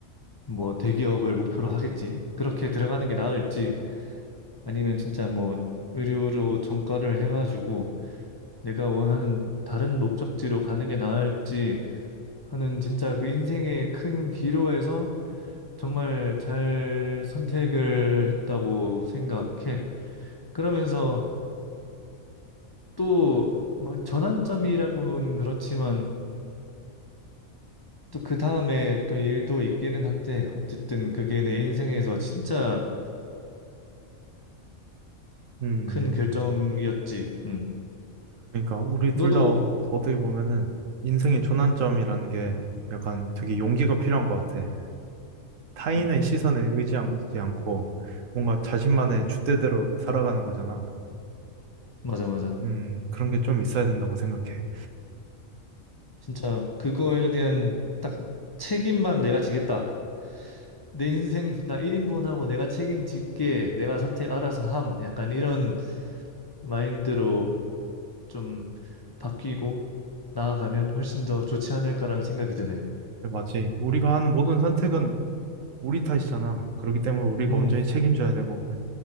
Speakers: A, on the left; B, on the right.
A: 뭐 대기업을 목표로 하겠지. 그렇게 들어가는 게 나을지 아니면 진짜 뭐 의료로 전과를 해가지고 내가 원하는 다른 목적지로 가는 게 나을지 하는 진짜 그 인생의 큰 기로에서 정말 잘 선택을 했다고 생각해. 그러면서 또 막 전환점이라고는 그렇지만 또 그 다음에 또 일도 있기는 한데 어쨌든 그게 내 인생에서 진짜
B: 음.
A: 큰 결정이었지. 응.
B: 그러니까 우리
A: 너도
B: 둘 다 어떻게 보면은 인생의 전환점이라는 게 약간 되게
A: 음,
B: 용기가 필요한 것 같아. 타인의
A: 음.
B: 시선에 의지하지 않고 뭔가 자신만의 줏대대로 살아가는 거잖아.
A: 맞아 맞아.
B: 음, 그런 게 좀 있어야 된다고 생각해.
A: 진짜 그거에 대한 딱 책임만 내가 지겠다. 내 인생 나 1인분하고 내가 책임질게. 내가 선택 알아서 함. 약간 이런 마인드로 좀 바뀌고 나아가면 훨씬 더 좋지 않을까라는 생각이 드네.
B: 맞지. 우리가 하는 모든 선택은 우리 탓이잖아. 그렇기 때문에 우리가
A: 음,
B: 온전히 책임져야 되고.